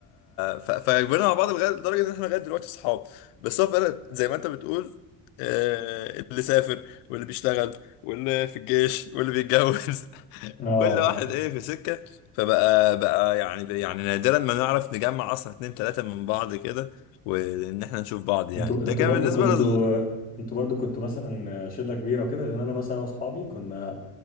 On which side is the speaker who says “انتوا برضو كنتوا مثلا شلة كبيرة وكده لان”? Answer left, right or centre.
Left